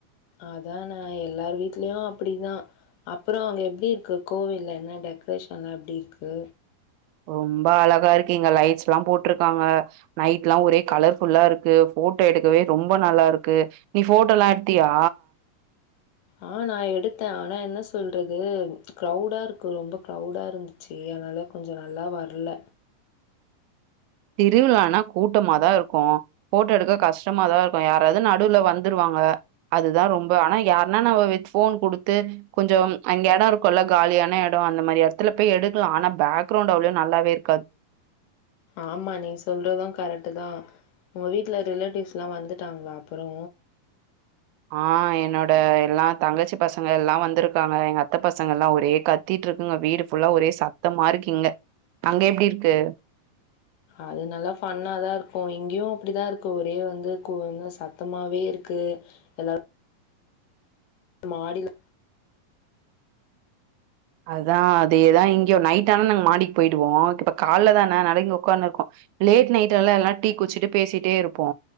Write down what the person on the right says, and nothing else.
ரொம்ப அழகா இருக்கு இங்க லைட்ஸ் எல்லா போட்டுருக்காங்க நைட் எல்லா ஒரே கலர் ஃபுல்லா இருக்கு போட்டோ எடுக்கவே ரொம்ப நல்லா இருக்கு நீ போட்டோ எல்லா எடுத்தியா
திருவிழானா கூட்டமாதா இருக்கும் போட்டோ எடுக்க கஷ்டமாதா இருக்கும் யாராவது நடுவுல வந்துருவாங்க அதுதா ரொம்ப ஆனா யாருன்னா நம்ம வித் போன் கொடுத்து கொஞ்ச அங்க இடம் இரு கொள்ள காலியான இட அந்த மாதிரி இடத்துல எடுக்கலா ஆனா பேக்ரவுண்ட் அவ்வளோ நல்லாவே இருக்காது
ஆ என்னோட எல்லா தங்கச்சி பசங்க எல்லா வந்திருக்காங்க எங்க அத்த பசங்க எல்லா ஒரே க த்திட்டு இருக்குங்க வீடு ஃபுல்லா ஒரே சத்தமா இருக்கீங்க அங்க எப்டி இருக்கு
அதா அதேதா இங்கயு நைட் ஆனா நாங்க மாடிக்கு போயிடுவோ இப்ப கால தான அதனால இங்க உடக்காந்துு இருக்கோ லேட் நைட் எல்லா எல்லா டீ குச்சிட்டு பேசிட்டே இருப்போ